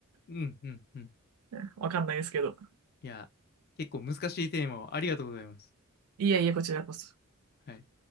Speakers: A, on the left; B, on the right.
A: うん、うん、うん。
B: <laughs> わかんないですけど。
A: いや、結構難しいテーマをありがとうございます。
B: いやいや、こちらこそ。
A: はい。